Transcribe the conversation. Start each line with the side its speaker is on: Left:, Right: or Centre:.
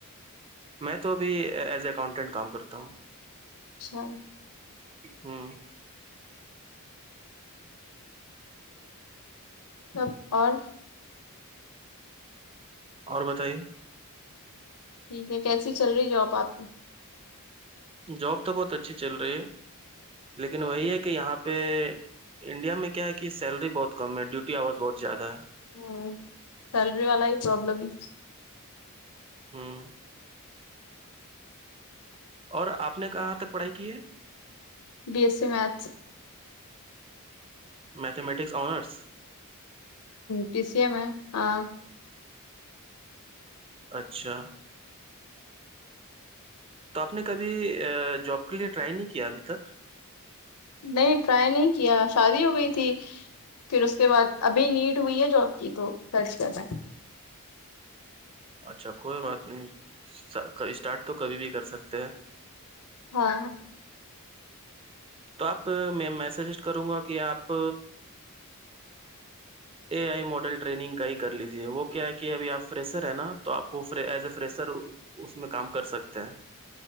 Right: میں تو ابھی ایز ا اکاؤنٹینٹ کام کرتا ہوں
Left: اچھا
Right: ہاں
Left: سب اور
Right: اور بتائیے
Left: ٹھیک ہے کیسی چل رہی جاب آپ کی
Right: جاب تو بہت اچھی چل رہی ہے لیکن وہی ہے کہ یہاں پہ انڈیا میں کیا ہے کہ سیلری بہت کم ہے ڈیوٹی آواز بہت زیادہ ہے
Left: ہوں سلری والا ہی پروابلم ہی
Right: ہاں اور آپ نے کہاں تک پڑھائی کی ہے
Left: B S C maths
Right: mathematics honours
Left: P S E میں ہاں
Right: اچھا تو آپ نے کبھی جاب کے لیے ٹرائی نہیں کیا ابھی تک
Left: نہیں ٹرائی نہیں کیا شادی ہو گئی تھی پھر اس کے بعد ابھی نیٹ ہوئی ہے جاب کی تو سرچ کردہ
Right: اچھا کوئی بات نہیں اسٹارٹ تو کبھی بھی کر سکتے ہیں
Left: ہاں
Right: تو آپ میں میں سجیسٹ کروں گا کہ آپ اے آئی ماڈل ٹنگ کا ہی کر لیجے وہ کیا ہے کہ اب آپ فریسر ہے نا تو آپ وہ ایز اے فریسر اس میں کام کر سکتے ہیں